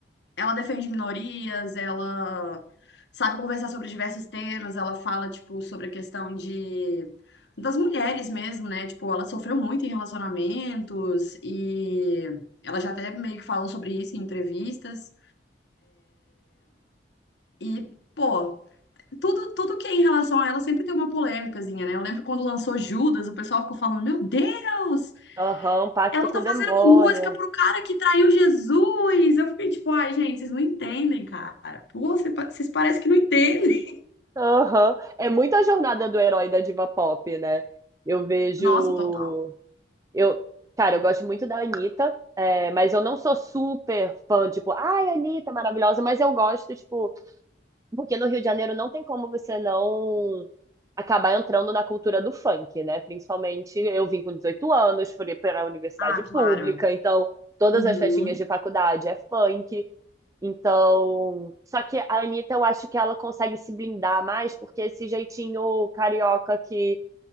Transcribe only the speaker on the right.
Aham, um pacto
com
o
demônio.
Aham. É muita jornada do herói da diva pop, né? Eu
vejo.
Eu... Cara, eu gosto muito da Anitta, é, mas eu não sou super fã, tipo, ai, Anitta, maravilhosa, mas eu gosto, tipo, porque no Rio de Janeiro não tem como você não acabar entrando na cultura do funk, né? Principalmente eu vim com 18 anos, fui para a universidade
pública, então todas
as festinhas de faculdade é funk. Então, só que a Anitta, eu acho que ela consegue se blindar mais, porque esse jeitinho carioca que